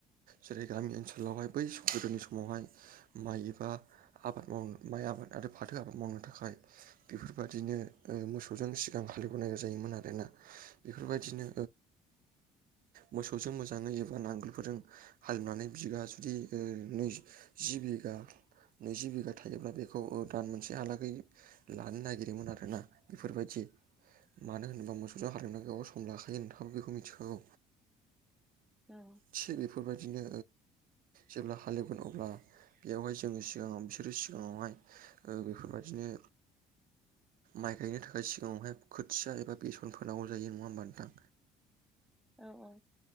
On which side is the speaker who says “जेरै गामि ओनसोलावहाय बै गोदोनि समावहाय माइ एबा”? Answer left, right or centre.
Right